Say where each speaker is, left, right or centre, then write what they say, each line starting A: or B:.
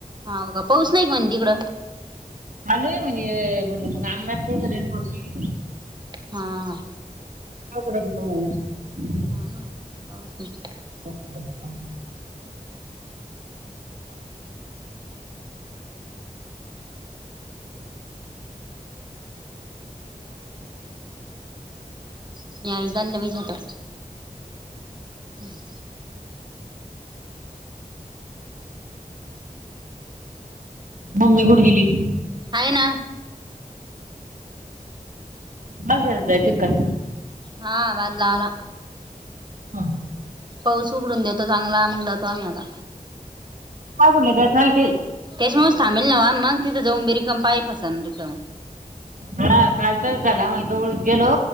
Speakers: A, on the right; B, on the right.
A: हाव का पाऊस नाही का म्हण तिकडं?
B: लय म्हणे म्हण मग आमंगात तो पर्यंत होती
A: हां.
B: <unintelligible> <unintelligible>
A: <inaudible>
B: <unintelligible>
A: <unintelligible> हम्म.
B: मम्मी कुठं गेली?
A: आहे ना.
B: मगर जायचे काय?
A: हा बदलावला.
B: हा.
A: पाऊस उघडून देतो चांगला म्हग जातो आम्ही आता.
B: काय बलं का चालते
A: त्यासमुळेच थबेल ना मग तिथ जाऊ बी रिकम पाय फस रिकम.
B: हा काल तरच झाला मलगवळीत गेलो.